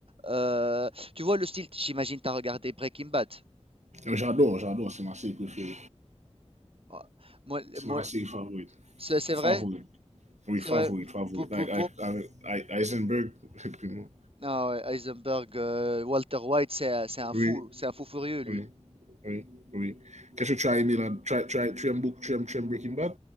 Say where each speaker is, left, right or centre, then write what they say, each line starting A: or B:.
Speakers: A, on the right; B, on the right.
A: heu, tu vois le style j'imagine tu as regardé Breaking Bad?
B: J'adore, j'adore. C'est ma série préférée.
A: Ouais. Moi
B: C'est
A: moi
B: ma série favorite.
A: c'est c'est
B: Favorite.
A: vrai?
B: Oui,
A: C'est
B: favorite,
A: vrai?
B: favorite.
A: pour pou
B: Like, I, I, avec Heisenberg. <laughs>
A: Ah ouais, Heisenberg, euh, Walter White, c'est, un c'est un
B: oui,
A: fou, c'est un fou furieux lui.
B: oui, oui, oui. Qu'est-ce que tu as aimé là tu, as- tu, as- tu aimes beaucoup, tu aimes, tu aimes Breaking Bad